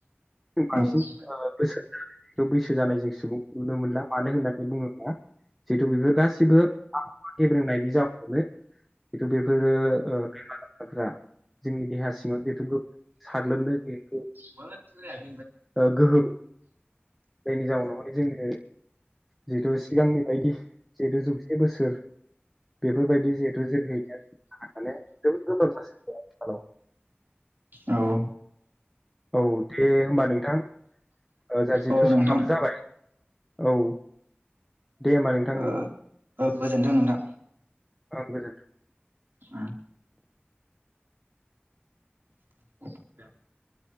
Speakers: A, in the centre; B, on the right.
A: जों बांसिन
B: औ
A: बोसोर बैसो जानाय जों सुबुं नुनो मोनला मानो होननानै बुङोब्ला जे बेफोर गासिबो <unintelligible> गेब्रेंनायनि जाउनावनो खिन्थु बेफोरो ओ बेमार आजारफ्रा जोंनि देहा सिङाव जिहेथु साग्लोबनो जिहेथु
B: <unintelligible>
A: ओ गोहोम जायनि जाउनावहाय जोंनि ओं जिहेथु सिगांनि बायदि जिहेतु जौसे बोसोर बेफोरबायदि जिहेथु जोहैनो आ माने जोबोद गोब्राब जासै आथिखालाव।
B: औ
A: औ दे होमबा नों थां ओ जा जोंहा जिथु
B: औ नोंथां
A: समाबो जाबाय। औ। दे होमबा नोंथां
B: ओं गोजोनथों नोंथां
A: ओं गोजोन
B: ओम। <unintelligible>